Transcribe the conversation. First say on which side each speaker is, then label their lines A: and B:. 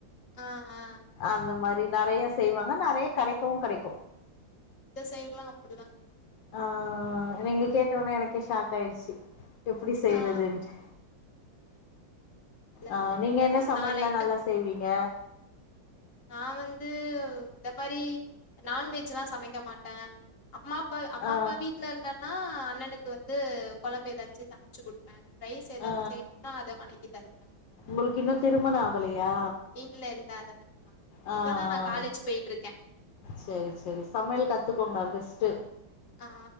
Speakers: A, on the left; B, on the left.
A: ஆ ஆ
B: அந்த மாரி நெறையா செய்வாங்க நெறைய கெடைக்கவு கெடைக்கு
A: இந்த சைடெல்லா அப்புடுதா
B: ஆஹ் நீங்க கேட்ட ஒடனே எனக்கே ஷாக் ஆயிட்ச்சி எப்டி செய்யருதுன்ட்டு
A: ஆ இல்ல
B: அஹ்
A: இல்ல
B: நீங்க
A: இல்ல,
B: என்ன
A: ஒரு
B: சமையல்லெல்லா
A: நாலு
B: நல்லா செய்வீங்க
A: நா வந்து இந்த மாரி நான்வெஜ்லா சமைக்க மாட்ட அம்மா அப்பா அம்மா
B: ஆ
A: அப்பா வீட்டுல இல்லன்னா அண்ணனுக்கு வந்து கொழம்பு ஏதாச்சு சமச்சு குடுப்பே ரைஸ் ஏதாச்சு
B: ஆ
A: செய்னுனா அத வனக் <unintelligible>
B: உங்களுக்கு இன்னு திருமண ஆகலையா
A: இல்லை இல்லை அதெல்லாம்
B: ஆ ஆ
A: இப்போ தான் நான் காலேஜ் போயிட்டுருக்கேன்
B: செரி செரி சமையல் கத் த்துக்கோங்க பெஸ்ட்
A: ஆ